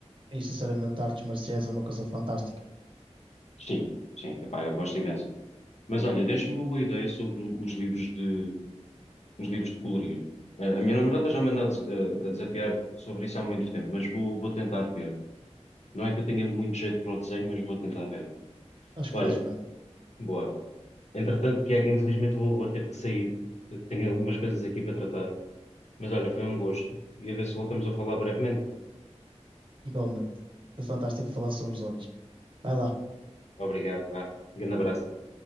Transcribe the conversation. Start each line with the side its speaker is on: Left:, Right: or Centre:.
Right: e sinceramente artes marciais é uma coisa fantástica.
Left: Sim, sim, epá, eu gosto imenso. Mas olha, deste-me uma boa ideia sobre o- os livros de, os livros de colorir. A a minha namorada já me anda a, des- a- a desafiar sobre isso há muito tempo, mas vou, vou tentar ver. Não é que eu tenha muito jeito para o desenho, mas vou tentar ver.
Right: Acho
Left: Olha,
Right: que fazes bem.
Left: boa. Entretanto, Tiago, infelizmente vou, vou ter que sair. Tenho algumas coisas aqui para tratar. Mas olha, foi um gosto. E a ver se voltamos a falar brevemente.
Right: Igualmente. Foi fantástico falar sobre os hobbies. Vai lá.
Left: Obrigado, vá. Grande abraço.